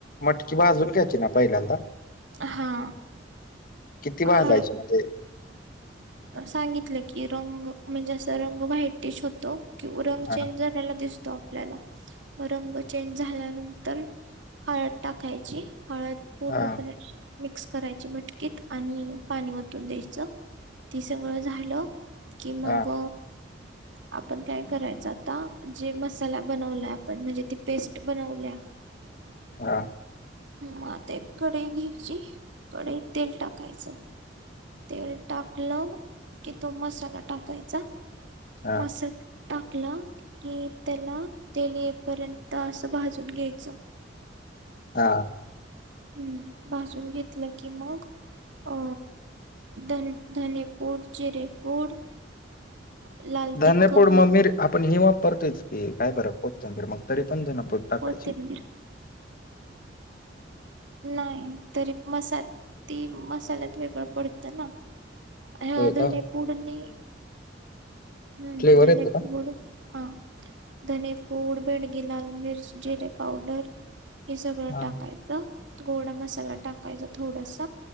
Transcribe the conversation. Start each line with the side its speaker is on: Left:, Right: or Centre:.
Left: मटकी भाजून घ्यायची ना पहिल्यांदा
Right: हा
Left: किती
Right: हळ
Left: भाजायची म्हणजे
Right: सांगितलं की रंग म्हणजे असं रंग व्हाईटिश होतो किं रंग
Left: हा
Right: चेंज झालेला दिसतो आपल्याला मग रंग चेंज झाल्यानंतर हळद टाकायची हळद पूर्णपणे
Left: हा
Right: मिक्स करायची मटकीत आणि पाणी वतून द्यायची च ते सगळं झालं कि मग
Left: हा
Right: आपण काय करायचं आता जे मसाला बनवला आपण म्हणजे ती पेस्ट बनवल्या
Left: हा
Right: म ते कढई घ्यायची कढई त तेल टाकायचं तेल टाकलं की तो मसाला टाकायचा
Left: हा
Right: मसाला टाकला की त्याला तेल येपर्यंत असं भाजून घ्यायचं.
Left: हां.
Right: हम्म भाजून घेतलं की मग अ धन धनेपूड, जिरेपूड लाल
Left: धनेपूड
Right: तिखट,
Left: म मीर आपण ही वापरतोयच की काय बर कोथिंबीर मग तरी पण धनेपुड टाकायची?
Right: कोथिंबीर नाही. तरी मसाल ती मसाल्यात वेगळं पडत ना हम्म
Left: होय
Right: धने
Left: का
Right: फोडणी, हम्म
Left: फ्लेवर
Right: धनेपुड
Left: येतो का
Right: हा. धने पूड, बेडगी लाल मिर्च, जिरे पावडर हे सगळ
Left: हा
Right: टाकायचं, गोडा मसाला टाकायचा थोडस,